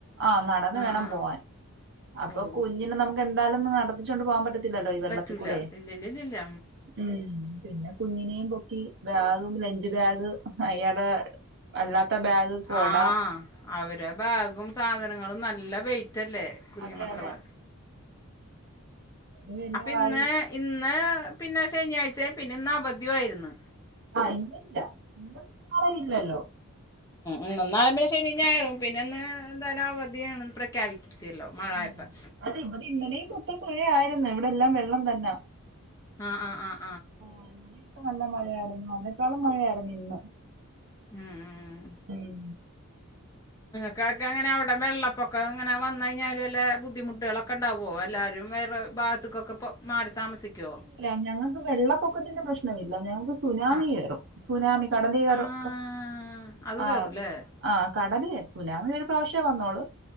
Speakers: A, on the right; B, on the left.
A: ആ നടന്ന്
B: ആ
A: വേണം
B: ആ
A: പോവാൻ
B: ആ
A: അപ്പൊ
B: ഓ
A: കുഞ്ഞിനെ നമുക്ക് എന്തായാലും നടത്തിച്ചോണ്ട് പോവാൻ പറ്റത്തില്ലല്ലോ, ഈ വെള്ളത്തിൽക്കൂടെ
B: പറ്റൂല ഇല്ലല്ലല്ല
A: ഉം. പിന്നെ കുഞ്ഞിനെയും പൊക്കി ബാഗും ലഞ്ച് ബാഗ് അയാടെ അല്ലാത്ത ബാഗ് കൊട
B: ആ അവരെ ബേഗും സാധനങ്ങളും നല്ല വെയിറ്റല്ലേ കുഞ്ഞു
A: അതെ
B: മക്കളെ
A: അതെ അതുമെല്ലാമായി
B: -അപ്പ ഇന്ന് ഇന്ന് പിന്നെ ശനിയാഴ്ചയും. പിന്നെ ഇന്ന് അവധിയായിരുന്നു
A: ആഹ് ഇന്ന്ല്ല. ഇന്നും നാളെയു ഇല്ലല്ലോ.
B: ഇന്നും നാളെ പിന്നെ ശനിം ഞായറും പിന്നെ ഇന്ന് എന്തായാലും അവധിയാണന്ന് പ്രഖ്യാപിച്ചല്ലോ മഴായപ്പം
A: ഉം അത് ഇത് ഇന്നലേയും മൊത്തം പുഴയായിരുന്ന്. ഇവടെ എല്ലാം വെള്ള വെള്ളം തന്നെ
B: ആഹ് ആഹ് ആഹ്
A: ആഹ് ഇന്ന്ട്ടും നല്ല മഴയായിര്ന്നു. അയ്നേക്കാളും മഴയായിരുന്നു ഇന്ന്
B: ഉം ഉം ഉം
A: ഉം
B: ക്കാക്കെ ഇങ്ങനെ അവിടെ വെള്ളപ്പൊക്കം ഇങ്ങനെ വന്ന്കഴിഞ്ഞാ വല്ല ബുദ്ധിമുട്ടുകളൊക്കെ ഉണ്ടാവൊ? എല്ലാരും വേറെ ഭാത്ത്ക്കൊക്കെ ഇപ്പൊ മാറി താമസിക്കോ
A: ഇല്ല ഞങ്ങക്ക് വെള്ളപ്പൊക്കത്തിന്റെ പ്രശ്ന ഇല്ല ഞങ്ങക്ക് സുനാമി
B: ആഹ്
A: കേറും സുനാമി കടല <unintelligible> യ
B: ആഹ്
A: റൊക്ക്
B: അത്
A: ആഹ്
B: കേറൂല്ലേ
A: ആഹ് കടല് എത്ത് ഒരു പ്രാവശ്യ വന്നൊളു